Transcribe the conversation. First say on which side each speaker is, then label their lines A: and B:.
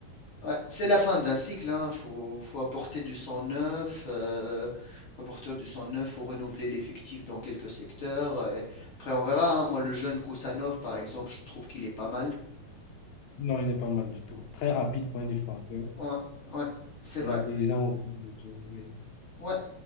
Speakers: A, on the left (about 45°); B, on the left (about 75°).
A: Ouais, c'est la fin d'un cycle. Hein. Faut, faut apporter du sang neuf. euh, faut apporter du sang neuf. Faut renouveler l'effectif dans quelques secteurs. euh, et après, on verra. hein. Moi, le jeune Kousanov, par exemple, je trouve qu'il est pas mal.
B: Non, il n'est pas mal du tout. Très rapide pour un défenseur
A: Ouais, ouais, c'est vrai.
B: et intelligent autour du jeu. Oui.
A: Ouais.